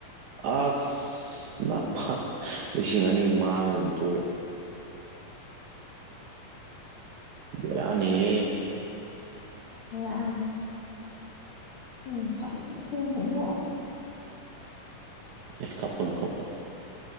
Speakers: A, on the right (about 75°); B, on the left (about 65°).
A: ꯑꯁ ꯅꯃ ꯂꯤꯁꯤꯡ ꯑꯅꯤ ꯃꯥꯡ ꯑꯗꯨꯝ ꯇꯨꯔꯦ ꯕꯤꯔꯅꯤꯍꯦ
B: ꯕꯦꯔꯥꯅꯦ ꯑꯩ ꯁꯥꯎꯅꯤꯡꯕꯥꯅꯥꯀꯣ
A: ꯑꯦ ꯀꯞꯀꯅꯨ ꯀꯞꯀꯅꯨ